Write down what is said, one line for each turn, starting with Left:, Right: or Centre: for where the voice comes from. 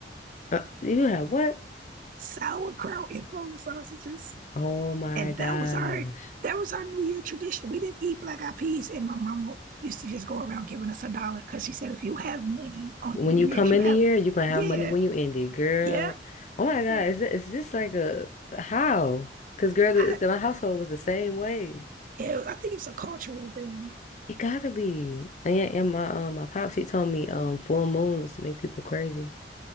Left: Uh, you have what?
Right: <laughs> Sauerkraut and Polish sausages.
Left: Oh my
Right: And
Left: gosh.
Right: that was our that was our New Year tradition. We didn't eat black eyed peas, and my mama used to just go around giving us a dollar because she said if you have money on
Left: When
Right: New
Left: you
Right: Year's,
Left: come
Right: you
Left: in
Right: have
Left: the year, you gonna
Right: yeah,
Left: have money when you end it, girl.
Right: yeah,
Left: Oh my God,
Right: yeah.
Left: is this, is this like a how? Because girl, the,
Right: I
Left: the- my household was the same way.
Right: yeah, it was- I think it was a cultural thing.
Left: It gotta be. And, and my um my pops he told me um full moons make people crazy.